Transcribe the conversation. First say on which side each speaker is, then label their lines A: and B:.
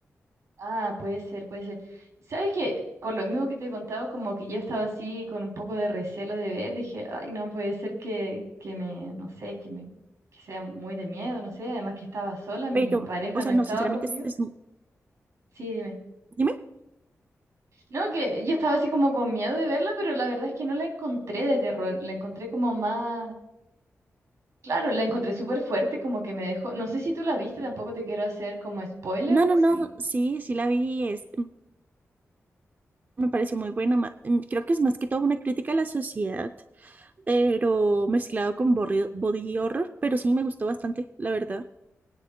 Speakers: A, on the right; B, on the right.
A: Ah, puede ser, puede ser. ¿Sabes qué? Por lo mismo que te he contado, como que yo estaba así con un poco de recelo de ver, dije, ay, no puede ser que, que me, no sé, que me, que sea muy de miedo, no sé, además que estaba sola, mi
B: Pero,
A: pareja
B: o sea,
A: no estaba
B: no, sinceramente
A: conmigo.
B: es, es...
A: Sí, dime.
B: dime.
A: No, que yo estaba así como con miedo de verla, pero la verdad es que no la encontré de terror, la encontré como más, claro, la encontré súper fuerte, como que me dejó, no sé si tú la viste, tampoco te quiero hacer como spoiler,
B: No, no,
A: sí,
B: no, sí, sí la vi, es, me pareció muy buena. ma- mm, Creo que es más que todo una crítica a la sociedad, pero mezclado con borri- body horror, pero sí me gustó bastante, la verdad.